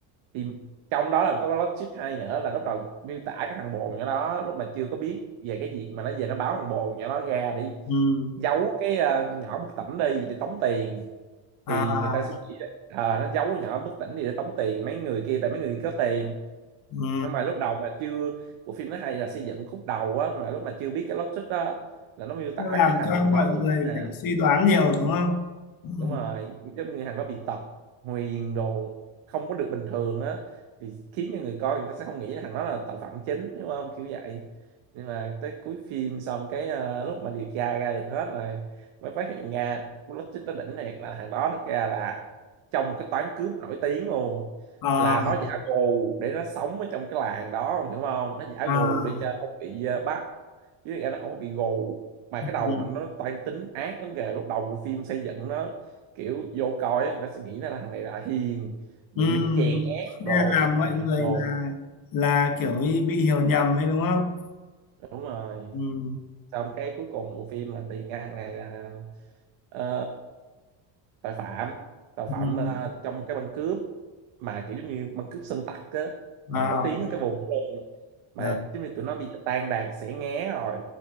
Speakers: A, on the right; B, on the left.
A: thì trong đó là có cái logic hay nữa là lúc đầu miêu tả cái thằng bồ nhỏ đó lúc mà chưa có biết về cái việc mà nó về nó báo thằng bồ nhỏ đó ra để
B: ừ,
A: giấu cái ờ, con nhỏ bất tỉnh đi để tống tiền thì
B: à
A: người ta sẽ nghĩ là, ờ, nó giấu con nhỏ bất tỉnh đi để tống tiền mấy người kia tại mấy người kia có tiền
B: ừ.
A: nhưng mà lúc đầu mà chưa bộ phim nó hay là xây dựng khúc đầu á mà lúc mà chưa biết cái logic đó là nó miêu
B: Nó
A: tả
B: làm
A: cái thằng
B: cho mọi
A: đó
B: người
A: giống như là
B: phải suy đoán nhiều đúng không ừ.
A: đúng rồi giống như thằng đó bị tật nguyền đồ không có được bình thường á thì khiến cho người coi người ta sẽ không nghĩ thằng đó là tội phạm chính đúng không kiểu vậy nhưng mà tới cuối phim xong cái ờ, lúc mà điều tra ra được hết rồi mới phát hiện ra nó chính nó đỉnh thiệt là thằng đó thật ra là trong một cái toán cướp nổi tiếng luôn
B: à
A: là nó giả gù để nó sống ở trong cái làng đó ông hiểu không nó giả
B: à
A: gù để cho không bị ờ, bắt chứ thật ra nó không có bị gù mà
B: ừ,
A: cái đầu nó, nó toan tính ác lắm kìa lúc đầu bộ phim xây dựng nó kiểu vô coi ấy, người ta sẽ nghĩ là thằng này là hiền bị
B: ừ.
A: chèn ép
B: Thế
A: đồ
B: là làm
A: bị bắt
B: mọi
A: nạt
B: người
A: đồ
B: là là kiểu như bị hiểu nhầm ấy đúng không
A: đúng rồi
B: ừ,
A: xong cái cuối cùng bộ phim là tìm ra thằng này là ờ, tội phạm tội phạm
B: ừ.
A: ờ, trong một cái băng cướp mà kiểu giống như băng cướp sơn tặc á mà
B: à
A: nổi tiếng ở cái vùng đó luôn mà
B: được
A: giống như tụi nó bây giờ tan đàn xẻ nghé rồi